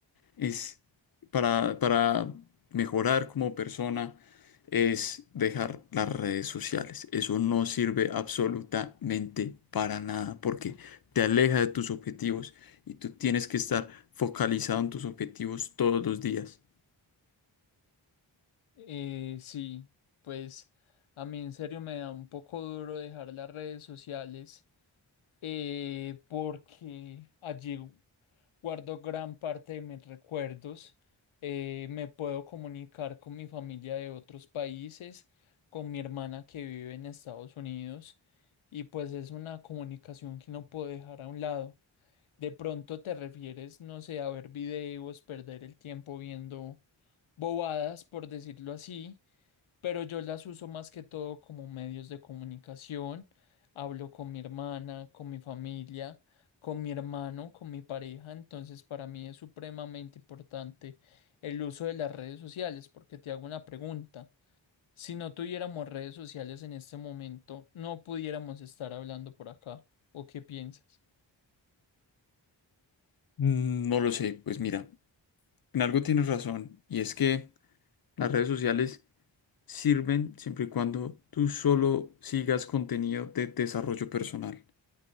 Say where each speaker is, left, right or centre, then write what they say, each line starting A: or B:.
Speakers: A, on the left; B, on the left.
A: es para, para mejorar como persona es dejar las redes sociales. Eso no sirve absolutamente para nada porque te aleja de tus objetivos y tú tienes que estar focalizado en tus objetivos todos los días.
B: Eh, sí, pues a mí en serio me da un poco duro dejar las redes sociales eh, porque allí guardo gran parte de mis recuerdos. Eh, me puedo comunicar con mi familia de otros países, con mi hermana que vive en Estados Unidos y pues es una comunicación que no puedo dejar a un lado. De pronto te refieres, no sé, a ver videos, perder el tiempo viendo bobadas, por decirlo así pero yo las uso más que todo como medios de comunicación. Hablo con mi hermana, con mi familia, con mi hermano, con mi pareja. Entonces, para mí es supremamente importante el uso de las redes sociales, porque te hago una pregunta. Si no tuviéramos redes sociales en este momento, no pudiéramos estar hablando por acá. ¿O qué piensas?
A: Mm, No lo sé, pues mira, en algo tienes razón y es que Las redes sociales sirven siempre y cuando tú solo sigas contenido de desarrollo personal.